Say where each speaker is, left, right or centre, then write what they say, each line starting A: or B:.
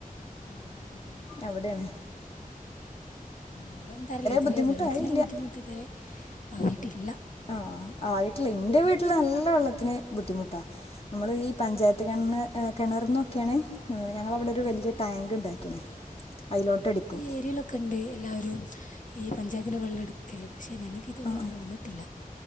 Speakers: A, on the left; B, on the left.
A: ആ, അങ്ങനെ
B: ഞാ ഇവിടെയാണ്
A: ഇവിടെന്താറല്ല ഇതുവരെ
B: ബുദ്ധിമുട്ടായില്ല
A: വെള്ളത്തിൻ്റെ ബുദ്ധിമുട്ട് ഇതരെ വന്നിട്ടില്ല
B: ആ ആയിട്ടില്ല ൻ്റെ വീട്ടില് നല്ല വെള്ളത്തിന് ബുദ്ധിമുട്ടാ നമ്മുടെ ഈ പഞ്ചായത്ത് കെണ ഏ കിണറന്നും ക്കാണ് ഞങ്ങളെവടെ ഒരു
A: ഞങ്ങൾ
B: വലിയ ടാങ്ക് ഉണ്ടാക്കി അതിലോട്ട് എടുക്കും
A: ഏരിയലൊക്കെ ഇണ്ട് എല്ലാവരും ഈ പഞ്ചായത്തിൻ്റെ വെള്ളം എടുക്കല് ക്ഷെ ഞങ്ങൾക്ക് ഇതുവരെ
B: ആ
A: അങ്ങനെ വന്നിട്ടില്ല